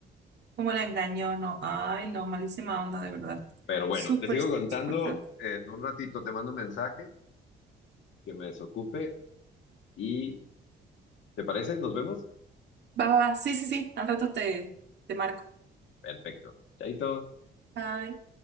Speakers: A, on the right; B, on the left.
A: Cómo la engañó, no. Ay, no, malísima onda, de verdad.
B: Pero bueno,
A: Súper,
B: te sigo contando
A: súper feo.
B: en un ratito, te mando un mensaje que me desocupe y ¿te parece? ¿Nos vemos?
A: Va, va, va. Sí, sí, sí. Al rato te, te marco.
B: Perfecto. Chaito.
A: Bye.